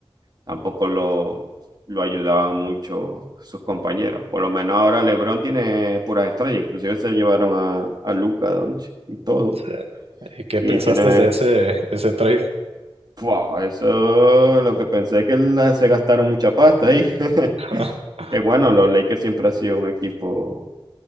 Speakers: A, on the right; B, on the right.
A: tampoco lo, lo ayudaban mucho sus compañeros. Por lo menos ahora LeBron tiene puras estrellas, inclusive se llevaron a, a Luka Doncic y todo.
B: Sí. ¿Y qué
A: Y
B: pensaste
A: tiene,
B: de ese, de ese trade?
A: ¡fua! eso lo que pensé es que la- se gastaron mucha pasta ahí. <laughs>
B: <laughs>
A: Que bueno, los Lakers siempre ha sido un equipo